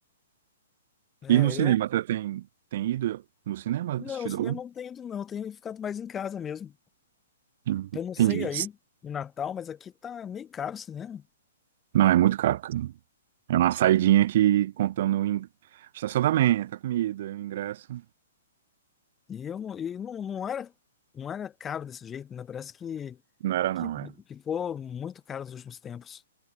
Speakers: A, on the left; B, on the right.
A: É,
B: E no cinema,
A: eu.
B: até tem, tem ido no cinema,
A: Não,
B: assistido
A: o cinema
B: algum?
A: eu não tenho ido, não. Eu tenho ficado mais em casa mesmo.
B: Hum,
A: Eu não
B: Entendi.
A: sei aí, no Natal, mas aqui tá meio caro o cinema.
B: Não, é muito caro. cara. É uma saidinha que contando o in- estacionamento, a comida, o ingresso.
A: E eu e não, não era não era caro desse jeito, né? Parece que,
B: Não era
A: que
B: não, é.
A: ficou muito caro nos últimos tempos.